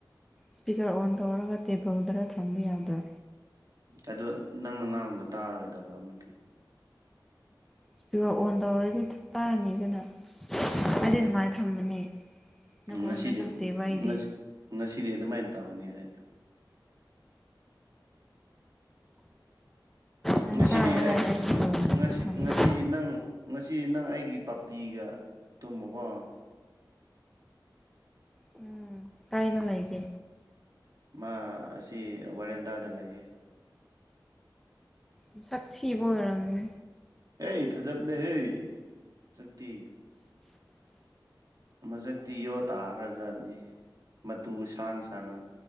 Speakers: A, in the centre; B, on the right (about 55°).
A: ꯁ꯭ꯄꯤꯀꯔ ꯑꯣꯟ ꯇꯧꯔꯒ ꯇꯦꯕꯜꯗꯔ ꯊꯝꯕ ꯌꯥꯗ꯭ꯔꯥ
B: ꯑꯗꯣ ꯅꯪꯅ ꯉꯥꯡꯕꯗꯣ ꯇꯥꯔꯔꯣꯏꯗꯕ ꯑꯃꯨꯛꯀꯤ
A: ꯑꯗꯨꯒ ꯁ꯭ꯄꯤꯀꯔ ꯑꯣꯟ ꯇꯧꯔꯗꯤ ꯇꯥꯅꯤꯗꯅ
B: ꯎꯝ
A: ꯑꯩꯗꯤ ꯑꯗꯨꯃꯥꯏꯅ ꯊꯝꯕꯅꯦ ꯅꯀꯣꯡꯗ
B: ꯉꯁꯤꯗꯤ
A: ꯅꯞꯇꯦꯕ ꯑꯩꯗꯤ
B: ꯉꯁꯤ ꯉꯁꯤꯗꯤ ꯑꯗꯨꯃꯥꯏꯅ ꯇꯧꯅꯤ ꯑꯩ
A: ꯅꯪ
B: ꯉꯁꯤꯗꯤ
A: ꯇꯥꯕ ꯍꯥꯏꯔ
B: ꯑꯩ
A: ꯑꯩꯒꯤ ꯅꯥꯛꯇ
B: ꯉꯁꯤ
A: ꯊꯝꯕ
B: ꯉꯁꯤꯗꯤ ꯅꯪ ꯉꯁꯤ ꯅꯪ ꯑꯩꯒꯤ ꯄꯥꯄꯤꯒ ꯇꯨꯝꯃꯣꯀꯣ
A: ꯎꯝ ꯀꯥꯏꯗ ꯂꯩꯒꯦ
B: ꯃꯥ ꯑꯁꯤ ꯋꯥꯔꯦꯟꯗꯥꯗ ꯂꯩꯌꯦ
A: ꯃꯁꯛ ꯊꯤꯕ ꯑꯣꯏꯔꯝꯅꯤ
B: ꯑꯦꯏ ꯐꯖꯕꯅꯦꯍꯦ ꯁꯛꯇꯤ ꯃꯁꯛꯇꯤ ꯌꯣ ꯇꯥꯈ꯭ꯔꯖꯥꯠꯅꯤ ꯃꯇꯨ ꯁꯥꯡ ꯁꯥꯡꯅ